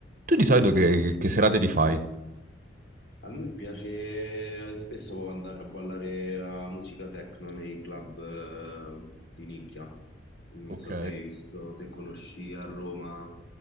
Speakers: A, on the right (about 45°); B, on the left (about 60°).
A: Tu di solito che, che serate li fai?
B: A me piace, eh, spesso può andare a ballare la musica techno nei club eh, di nicchia. Non
A: Ok,
B: so se hai visto, se conosci a Roma